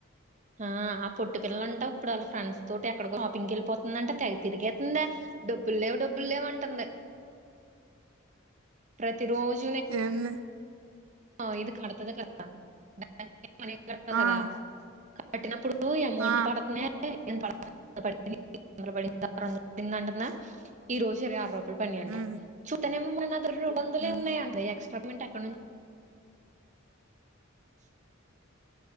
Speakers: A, on the right; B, on the right.
A: ఆ ఆ పొట్టి పిల్లంట ఇప్పుడు వాళ్ళ ఫ్రెండ్స్ తో ఎక్కడో షాపింగ్కి వెళ్ళపోతుందంట తెగ తిరిగేతుందే డబ్బుల్ లేవ్ డబ్బుల్ లేవంటుంది ప్రతి రోజు
B: ఎన్
A: ఆ ఇది కడతది కదా బాంక్ కి మనీ కట్టాలి గదా
B: ఆ!
A: కట్టినప్పుడూ ఎమౌంట్
B: ఆ
A: పడతున్యా <unintelligible> <unintelligible> ఈ రోజు ఇరవైయార్ పడినయంట
B: హ్మ్
A: చూత్తనెమో మళ్ళ అందుల రొండొందలే
B: హ్మ్
A: ఉన్నాయంట ఎక్స్ట్రా పేమెంట్ ఎక్కడ్ను చు